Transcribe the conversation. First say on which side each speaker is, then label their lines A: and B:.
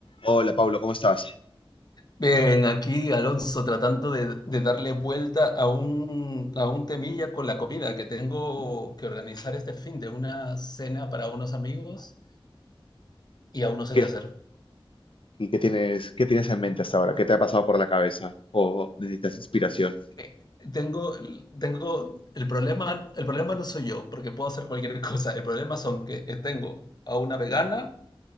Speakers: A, on the left (about 65°); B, on the left (about 45°).
A: Hola, Pablo, ¿cómo estás?
B: Bien, aquí Alonso tratando de, de darle vuelta a un, a un temilla con la comida que tengo que organizar este fin de una cena para unos amigos y aún no sé
A: ¿Qué,
B: qué hacer.
A: y qué tienes, qué tienes en mente hasta ahora? ¿Qué te ha pasado por la cabeza? ¿O necesitas inspiración?
B: Eh, Tengo, tengo el problema, el problema no soy yo, porque puedo hacer cualquier cosa. El problema son que eh, tengo a una vegana,